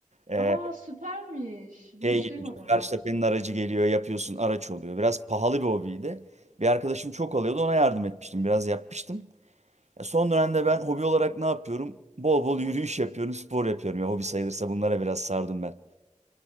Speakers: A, on the right; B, on the right.
A: Ee,
B: Aa süpermiş. Bunu
A: şey
B: hiç
A: geliyor
B: duymadım
A: güzel. işte
B: bak.
A: Verstappen'in aracı geliyor. Yapıyorsun araç oluyor. Biraz pahalı bir hobiydi. Bir arkadaşım çok alıyordu. Ona yardım etmiştim. Biraz yapmıştım. Ya son dönemde ben hobi olarak ne yapıyorum? Bol bol yürüyüş yapıyorum. Spor yapıyorum. Ya hobi sayılırsa bunlara biraz sardım ben.